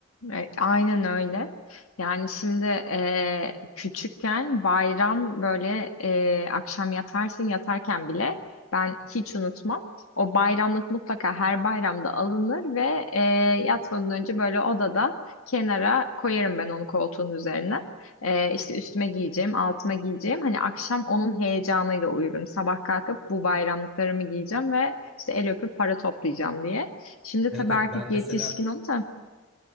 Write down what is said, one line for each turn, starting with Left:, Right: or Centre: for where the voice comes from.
Left: E, Aynen öyle. Yani şimdi e, küçükken bayram böyle e, akşam yatarsın yatarken bile ben hiç unutmam. O bayramlık mutlaka her bayramda alınır ve e, yatmadan önce böyle odada kenara koyarım ben onu koltuğun üzerine. E, işte üstüme giyeceğim, altıma giyeceğim. Hani akşam onun heyecanıyla uyurum. Sabah kalkıp bu bayramlıklarımı giyeceğim ve işte el öpüp para toplayacağım diye. Şimdi
Centre: Evet
Left: tabii
Centre: evet
Left: artık
Centre: ben mesela
Left: yetişkin oldum.